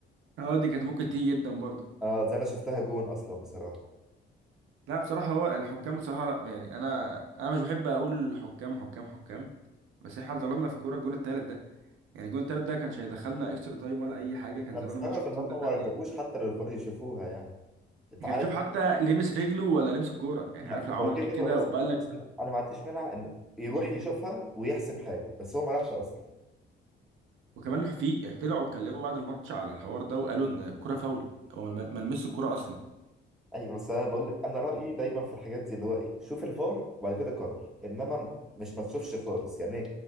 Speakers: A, on the right; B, in the centre.
A: اه دي كانت ممكن تيجي جدا برضه
B: اه زي انا شفتها جون اصلا بصراحه
A: لا بصراحه هو الحكام بصراحه لا يعني انا انا مش بحب اقول حكام حكام حكام بس احنا ظلمنا في كوره الجون التالت ده يعني الجون التالت ده كانش هيدخلنا اكسترا تايم ولا اي حاجه كان
B: انا
A: زمان
B: مستغرب
A: الماتش خلصان
B: ان هم
A: 3
B: ما
A: 2
B: جابوش حتى للفار يشوفوها يعني انت عارف
A: كان يشوف حتى لمس رجله ولا لمس الكوره يعني
B: لا
A: عارف لو عمل
B: هو كده
A: كده
B: كده هو لابس
A: وقال
B: كتير، بس انا أنا ما عنديش مانع ان يروح يشوفها ويحسب حاجه بس هو ما راحش اصلا
A: وكمان في طلعوا اتكلموا بعد الماتش على الحوار ده وقالوا ان الكرة فاول هو ما ما لمسش الكرة اصلا
B: ايوه بس انا بقول لك انا رايي دايما في الحاجات دي اللي هو ايه شوف الفار وبعد كده قرر انما م- مش ما تشوفش خالص يعني